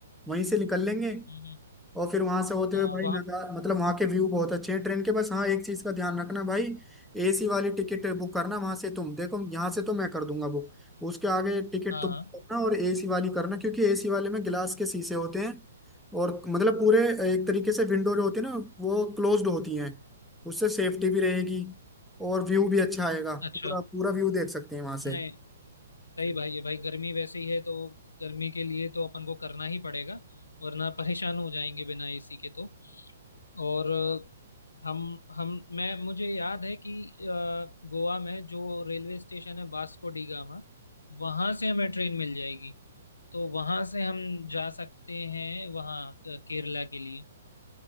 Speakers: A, in the centre; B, on the left.
A: वहीं से निकल लेंगे
B: हम्म
A: और फिर वहां से होते
B: आ,
A: हुए भाई
B: वहाँ
A: नज़ारा
B: पे-
A: मतलब वहां के व्यू बहुत अच्छे हैं ट्रेन के बस हाँ एक चीज का ध्यान रखना भाई एसी वाली टिकट बुक करना वहां से तुम देखो यहाँ से तो मैं कर दूंगा बुक उसके आगे टिकट
B: हाँ
A: तुम
B: हाँ
A: करना और एसी वाली करना क्योंकि एसी वाले में गिलास के शीशे होते हैं और मतलब पूरे एक तरीके से विंडो जो होती है ना वो क्लोज्ड होती हैं उससे सेफ्टी भी रहेगी और व्यू भी अच्छा आएगा
B: अच्छा
A: पूरा पूरा व्यू देख सकते हैं वहां से
B: नहीं सही भाई है भाई गर्मी वैसे ही है तो गर्मी के लिए तो अपन को करना ही पड़ेगा वरना परेशान हो जाएंगे बिना एसी के तो और अ, हम हम मैं मुझे याद है कि अ, गोवा में जो रेलवे स्टेशन है वास्को डी गामा वहाँ से हमें ट्रेन मिल जाएगी तो वहाँ से हम जा सकते हैं वहाँ अ, केरला के लिए